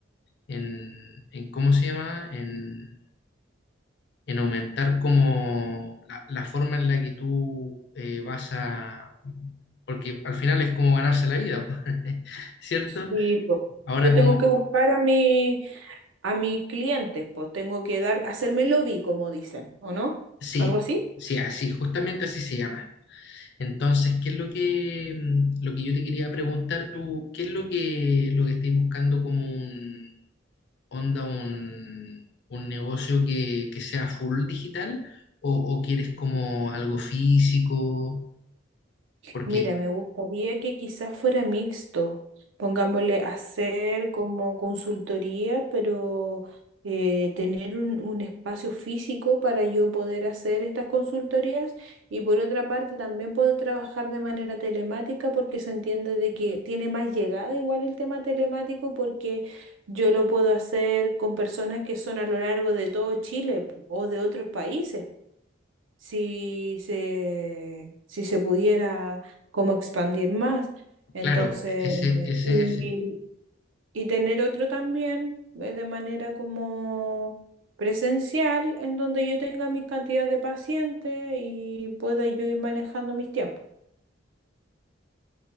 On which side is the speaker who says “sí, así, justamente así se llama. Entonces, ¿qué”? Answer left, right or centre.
Left